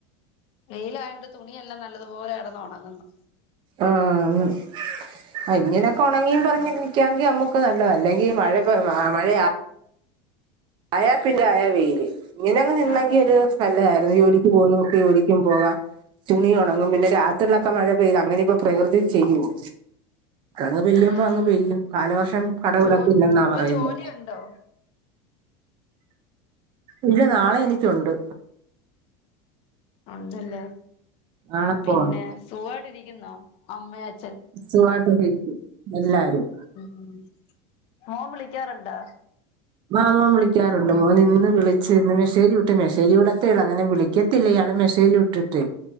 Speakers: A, on the left; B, on the right.
A: വെയിലായോണ്ട് തുണിയെല്ലാം നല്ലതുപോലെ കെടന്നുണങ്ങുന്ന്.
B: ആഹ് അങ്ങനെ. ആഹ് ഇങ്ങനൊക്കെ ഉണങ്ങിയും പറഞ്ഞി നിക്കാങ്കി നമ്മുക്ക് നല്ലതാ അല്ലെങ്കി മഴ പ്പം ആ മഴയാ ആയാ പിന്നെ അയാ വെയില്. ഇങ്ങനെങ്ങ് നിന്നെങ്കിൽ
A: ആന്ന്
B: ഒരു നല്ലതായി <unintelligible> ജോലിക്ക് പോകുന്നവർക്ക് ജോലിക്കും പോകാം തുണി ഉണങ്ങും പിന്നെ രാത്രിയിലൊക്കെ മഴ പെയ്ത് അങ്ങനെ ഇപ്പോ പ്രകൃതി ചെയ്യുവോ അങ്ങ് പെയ്യും
A: ഉം
B: അങ്ങ് പെയ്യും കാലവർഷം കട കടവിടത്തില്ലെന്നാ
A: ജോ ഇപ്പൊ
B: പറയുന്നേ.
A: ജോലിയുണ്ടോ
B: ഇല്ല നാളെ എനിക്കുണ്ട്
A: ഉണ്ടല്ലേ
B: നാളെ
A: പിന്നെ
B: പോണം
A: സുഖായിട്ടിരിക്കുന്നോ? അമ്മേ അ
B: സുഖായിട്ട് ഇരിക്കു എല്ലാരും
A: ഉം മോൻ വിളിക്കാറുണ്ടോ
B: ആഹ് മോൻ വിളിക്കാറുണ്ട് മോന് ഇന്ന് വിളിച്ചു ഇന്ന് മെസേജ് വിട്ട് മെസേജ് വിടത്തെ യൊള്ളു അങ്ങനെ വിളിക്കത്തൊള്ളൂ ഇയാള് മെസ്സേജ് വിട്ടിട്ട്